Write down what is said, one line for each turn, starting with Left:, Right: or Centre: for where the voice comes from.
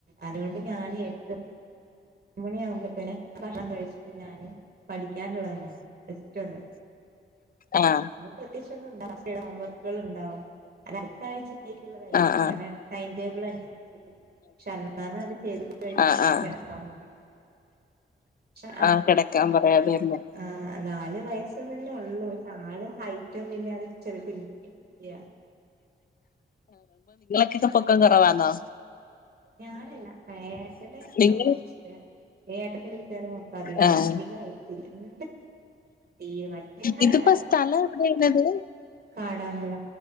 Right: അതുകൊണ്ട് ഞാൻ എട്ട് മണി ആകുമ്പോത്തേന് ആഹ് ഭക്ഷണം കഴിച്ചിട്ട് ഞാന് പഠിക്കാനുള്ളത് നോക്കും ജസ്റ്റ് ഒന്ന്
Left: ആഹ്
Right: ഉം പ്രത്യേകിച്ച് ഒന്നും ഉണ്ടാവില്ല ഹോം വർക്കുകൾ ഉണ്ടാവും അ അടുത്ത ആഴ്ച ക്കുള്ളതായിരിക്കും
Left: ആഹ് ആഹ്
Right: കാരണം ടൈം ടേബിൾ അനുസരിച്ച് പക്ഷെ അന്നാണ് അത് ചെയ്ത് കഴിഞ്ഞിട്ട്
Left: ആഹ്
Right: പിന്നെ
Left: ആഹ്
Right: കിടക്കാന്ന് പറയും പക്ഷേ
Left: ആഹ് കിടക്കാൻ പറയാതെരുന്നു
Right: ആഹ് നാല് വയസ്സ് തന്നെ ഉള്ളൂ ആള് ഹൈറ്റൊന്നില്ലാതെ ഒരു ചെറിയ കുഞ്ഞ് കുട്ടിയ
Left: ക്ക പൊക്കം കുറവാന്നോ
Right: ഞാനല്ല ആ ഏട്ടന്
Left: നിങ്ങൾ
Right: കൊറച്ച് ഒരു ഏട്ടന്റെ വീട്ട്കാരൊക്കെ അധികം
Left: ആഹ്
Right: അധിക അയിററില്ല തീരെ മറ്റേ ഹൈറ്റ്
Left: ഇതിപ്പോ
Right: ആഹ്
Left: സ്ഥലം എവിടെയാണത്
Right: കാടാമ്പുഴ